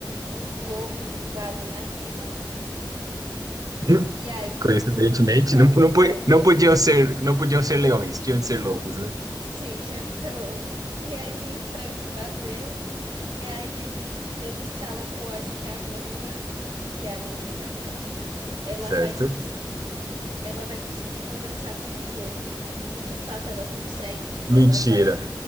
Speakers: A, on the right (about 85°); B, on the right (about 50°).
A: uns lobos invadem a vila.
B: Hum.
A: E aí
B: Coincidentemente,
A: todo mundo, ninguém sabe
B: não, não,
A: o que
B: po-
A: fazer.
B: não podiam ser, não podiam ser leões, tinham de ser lobos, né?
A: <laughs> Sim, tinham que ser lobos. E aí ninguém sabe o que fazer. E aí eles eles falam, pô, acho que a Wanda, que é a menina, né? Ela
B: Certo?
A: vai cons ela vai conseguir conversar com os lobos. E de fato ela consegue.
B: Mentira.
A: Ela vai lá